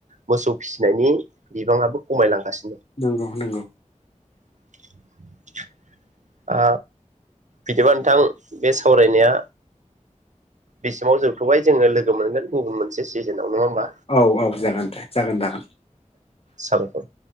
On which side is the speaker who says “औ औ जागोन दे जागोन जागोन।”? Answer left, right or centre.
Left